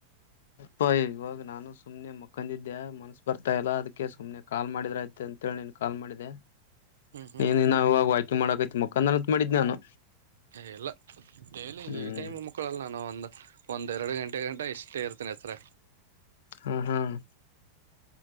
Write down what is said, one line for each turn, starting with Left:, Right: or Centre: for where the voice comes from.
Left: ಪ ಇವಾಗ ನಾನು ಸುಮ್ನೆ ಮುಕ್ಕಂದಿದ್ದೆ ಮನಸ್ ಬರ್ತಾ ಇಲ್ಲಾ ಅದಕ್ಕೆ ಸುಮ್ನೆ ಕಾಲ್ ಮಾಡಿದ್ರ ಐ್ತೆ ಅಂತೇಳಿ ನೀನ್ ಕಾಲ್ ಮಾಡಿದೆ
Right: ಹ್ಮ್ ಹ್ಮ್
Left: ನೀನ್ನ ವಿವಾಗಾಯ್ತ <unintelligible> ಮಾಡಕೈತ್ ಮಕ್ಕಾಂದನತ್ ಮಾಡಿದ್ ನಾನು
Right: ಎಲ್ಲ ಡೇಲಿ
Left: ಹ್ಮ್
Right: ಈ ಟೈಮ್ ಮುಕ್ಕಳಲ್ಲ ನಾನ ಒಂದು ಒಂದ್ೆರಡು ಗಂಟೆ ಗಂಟ ಇಷ್ಟೇ ಇರ್ತನ ಹತ್ರ
Left: ಹ್ಮ್ ಹ್ಮ್